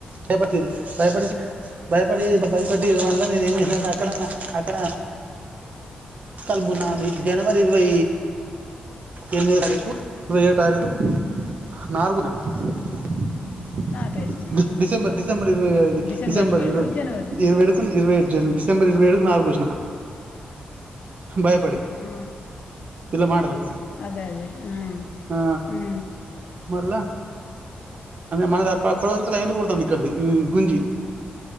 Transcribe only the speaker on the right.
భయపట్టిరు భయపడి భయపడి భయపట్టి మళ్ళ నేనేం చేసినా అంటే <unintelligible> అక్కడనా అక్కడ <unintelligible> ఇది జనవరి ఇరవై ఎనిమిదో తారీకు ఇరవై ఏడు తారీఖు నాలుగున <unintelligible>
డిసెంబర్ డిసెబర్ ఇరవై
డిసెబర్
ఇరవై
ఇరవై ఏడు ఇరవై జ
డిసెంబర్ ఇరవై ఏడుకు నారు పోసినా భయపడి
వీళ్ళ మాటలకు
ఆ,
మళ్ళా మనది అప్ప అప్పటి వరకు లైన్లు కొడుతుంది ఇక్కడిది గుంజి